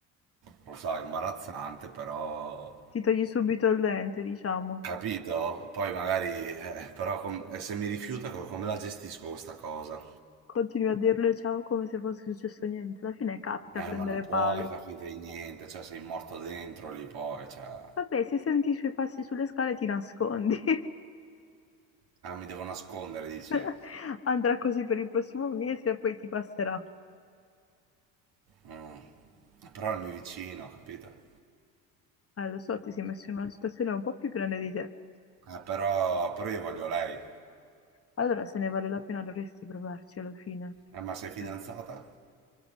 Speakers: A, on the right; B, on the left.
A: lo so, è imbarazzante, però...
B: Ti togli subito il lente, diciamo.
A: Capito? Poi magari, eh, però com- e se mi rifiuta, co- come la gestisco questa cosa?
B: Continui a dirle ciao come se fosse successo niente. Alla fine capita
A: Eh,
B: a prendere
A: ma non puoi
B: palo.
A: far finta di niente, cioè sei morto dentro lì poi, cioè...
B: Vabbè, se senti i suoi passi sulle scale ti nascondi.
A: Ah, mi devo nascondere, dice.
B: <laughs> Andrà così per il prossimo mese e poi ti passerà.
A: Mm. Però è il mio vicino, capito?
B: Ah, lo so, ti sei messo in una situazione un po' più grande di te.
A: Eh, però, però io voglio lei.
B: Allora, se ne vale la pena, dovresti provarci alla fine.
A: Eh, ma sei fidanzata?
B: Eh,